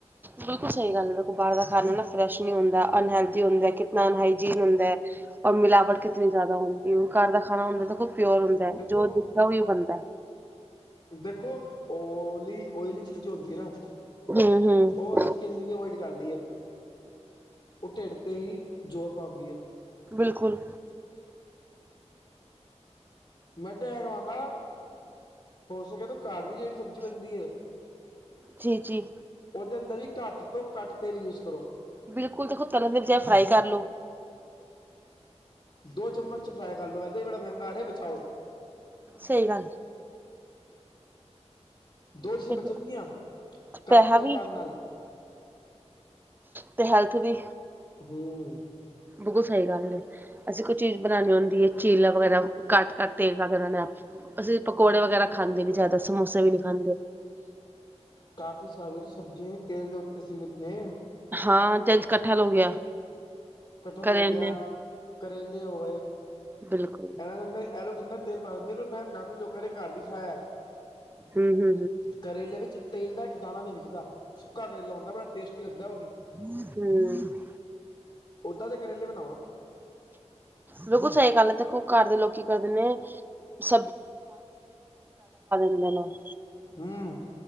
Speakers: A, on the right; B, on the left.
A: ਬਿਲਕੁਲ ਸਈ ਗੱਲ ਐ, ਬਾਰ ਦਾ ਖਾਨਾ ਫਰੈਸ਼ ਨੀਂ ਹੁੰਦਾ ਅਨਹੇਲਦੀ ਹੁੰਦਾ, ਕਿਤਨਾ ਅਨਹਾਈਜੀਨ ਹੁੰਦਾ ਐ। ਔਰ ਮਿਲਾਵਟ ਕਿਤਨੀ ਜ਼ਿਆਦਾ ਹੁੰਦੀ, ਘਰ ਦਾ ਖਾਣਾ ਹੁੰਦਾ ਦੇਖੋ ਪਿਓਰ ਹੁੰਦਾ ਐ,
B: ਦੇਖੋ
A: ਜੋ ਦਿਖਦਾ ਓਹੀ ਬਣਦਾ।
B: ਦੇਖੋ, ਓਲੀ ਓਇਲੀ ਚੀਜ਼ ਹੁੰਦੀ ਨਾਂ
A: ਹੂੰ-ਹੂੰ-ਹੂੰ
B: ਓ ਅਸੀਂ ਕਿੰਨੀ ਦੀ ਅਵਾਇਡ ਕਰ ਲਈਏ ਓ ਢਿੱਡ ਤੇ ਹੀ ਜ਼ੋਰ ਪਾਉਂਦੀ ਐ।
A: ਬਿਲਕੁਲ
B: ਮੈ ਤੇ ਏ ਕਵਾਂਗਾ ਹੋ ਸਕੇ ਤੇ ਘਰ ਵੀ ਜੇੜੀ ਸਬਜ਼ੀ ਬਣਦੀ ਐ
A: ਜੀ-ਜੀ
B: ਓਦੇ ਅੰਦਰ ਵੀ ਘੱਟ ਤੋਂ ਘੱਟ ਤੇਲ ਯੂਜ਼ ਕਰੋ।
A: ਬਿਲਕੁਲ ਦੇਖੋ, ਤਰਨ ਦੇ ਬਜਾਏ ਫਰਾਈ ਕਰ ਲੋ।
B: ਦੋ ਚਮਚ ਚ ਫਰਾਈ ਕਰ ਲੋ, ਇੱਦਾਂ ਈ ਬੜਾ ਮਹਿੰਗਾ ਆ ਰਿਆ ਬਚਾਓ।
A: ਸਈ ਗੱਲ ਐ।
B: ਦੋ ਚੀਜ਼ਾਂ
A: ਤੇ
B: ਬਚਣਗੀਆਂ,
A: ਪੈਹਾ
B: ਘੱਟ ਤੇਲ
A: ਵੀ
B: ਪਾਣ ਨਾਲ
A: ਤੇ ਹੈਲਥ ਵੀ।
B: ਹਂ।
A: ਬਿਲਕੁਲ ਸਈ ਗੱਲ ਐ। ਅਸੀਂ ਕੋਈ ਚੀਜ਼ ਬਣਾਣੀ ਹੁੰਦੀ ਐ, ਚੀਲਾ ਵਗੈਰਾ ਘੱਟ-ਘੱਟ ਤੇਲ ਵਗੈਰਾ ਨਾਂ। ਅਸੀਂ ਪਕੌੜੇ ਵਗੈਰਾ ਖਾਂਦੇ ਨੀ ਜਿਆਦਾ, ਸਮੋਸੇ ਵੀ ਨੀਂ ਖਾਂਦੇ।
B: ਕਾਫੀ ਸਾਰੀਆਂ ਤੇ ਸਬਜ਼ੀਆਂ ਵੀ ਤੇਲ ਦੇ ਉੱਤੇ ਸੀਮਿਤ ਨੇ।
A: ਹਾਂ, ਜੇੰਜ ਕੱਠਹਲ ਹੋ ਗਿਆ।
B: ਕਠਹਲ
A: ਕਰੇਲੇ
B: ਹੋ ਗਿਆ, ਕਰੇਲੇ ਹੋ ਗਏ,
A: ਬਿਲਕੁਲ
B: ਇਨ੍ਹਾਂ ਦੇ ਮੇਂ ਐਲੋਕ ਇੰਨਾਂ ਤੇਲ ਪਾ ਦਿੰਦੇ, ਰੇ ਮੈਂ ਕਾਫ਼ੀ ਲੋਕਾਂ ਦੇ ਘਰ ਵੀ ਖਾਇਆ।
A: ਹਂ।
B: ਕਰੇਲੇ ਵਿੱਚ ਤੇਲ ਦਾ ਇੱਕ ਦਾਣਾ ਨੀਂ ਵਿਖਦਾ, ਸੁੱਕਾ ਕਰੇਲਾ ਹੁੰਦਾ ਬੜਾ ਟੇਸਟੀ ਲੱਗਦਾ ਓਵੀ।
A: ਹਂ।
B: ਉਦਾਂ ਦੇ ਕਰੇਲੇ ਬਣਾਓ
A: ਬਿਲਕੁਲ ਸਹੀ ਗੱਲ ਹੈ ਦੇਖੋ ਘਰ ਦੇ ਲੋਕੀ ਕਰਦੇ ਨੇ ਸ <unintelligible>
B: ਹਮ